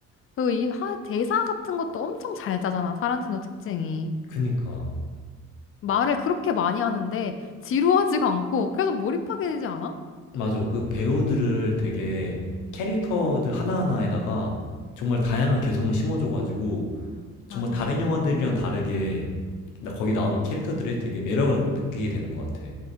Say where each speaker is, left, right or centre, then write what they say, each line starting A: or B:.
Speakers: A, on the left; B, on the left.
A: 그리고 이 하, 대사 같은 것도 엄청 잘 짜잖아, 타란티노 특징이.
B: 그니까.
A: 말을 그렇게 많이 하는데 지루하지가 않고 계속 몰입하게 되지 않아?
B: 맞아. 그 배우들을 되게 캐릭터들
A: 응,
B: 하나하나에다가 정말 다양한 개성을 심어줘가지고 정말
A: 맞아.
B: 다른 영화들이랑 다르게 나 거기 나온 캐릭터들이 되게 매력을 느끼게 되는 것 같아.